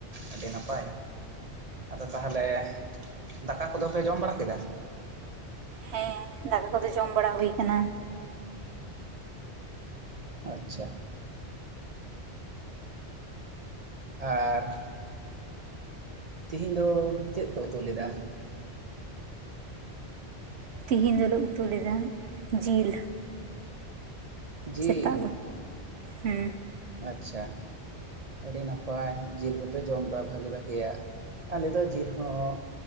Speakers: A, on the right; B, on the right.
A: ᱟᱹᱰᱤ ᱱᱟᱯᱟᱭ᱾ ᱟᱫᱚ ᱛᱟᱦᱚᱞᱮ ᱫᱟᱠᱟ ᱠᱚᱫᱚ ᱯᱮ ᱡᱚᱢ ᱵᱟᱲᱟ ᱠᱮᱫᱟ?
B: ᱦᱮᱸ, ᱫᱟᱠᱟ ᱠᱚᱫᱚ ᱡᱚᱢ ᱵᱟᱲᱟ ᱦᱩᱭ ᱠᱟᱱᱟ᱾
A: ᱟᱪᱪᱷᱟ᱾ ᱟᱨ ᱛᱤᱦᱤᱧ ᱫᱚ ᱪᱮᱫ ᱯᱮ ᱩᱛᱩ ᱞᱮᱫᱟ?
B: ᱛᱤᱦᱤᱧ ᱫᱚᱞᱮ ᱩᱛᱩ ᱞᱮᱫᱟ ᱡᱤᱞ᱾
A: ᱡᱤᱞ
B: ᱥᱮᱛᱟᱜ ᱫᱚ, ᱦᱩᱸ
A: ᱟᱪᱪᱷᱟ᱾ ᱟᱹᱰᱤ ᱱᱟᱯᱟᱭ ᱡᱮᱞ ᱠᱚᱯᱮ ᱡᱚᱢᱫᱟ ᱵᱷᱟᱜᱮ ᱵᱷᱟᱜᱮᱭᱟᱜ ᱾ ᱟᱞᱮ ᱫᱚ ᱡᱮᱞ ᱦᱚᱸ